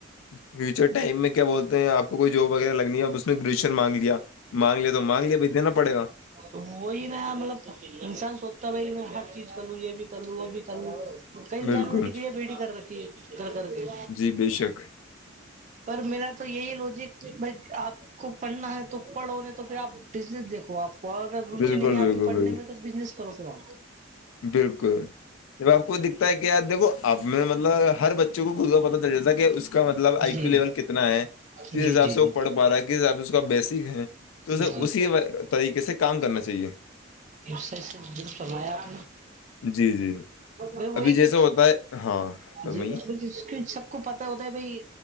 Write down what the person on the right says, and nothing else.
تو وہی نا مطلب انسان سوچتا ہے بھائی میں ہر چیز کر لوں یہ بھی کر لوں وہ بھی کر لوں کئی انسانوں
میں ڈگری ہے بیٹیی کر رکھی ہے کر کر کے
پر میرا تو یہی لوجک بھائی آپ کو پڑھنا ہے تو پڑھو نے تو پھر آپ بزنس دیکھو آپ وہ اگر روچی
نہیں ہے آپ
کی پڑھنے
میں تو بزنس کرو خ
جی
جی
جی
جی
جی
اسے سے درست کرمایا آپ
نے وہی
کی
ج جس کے سب کو پت ہوتا ہے بھائی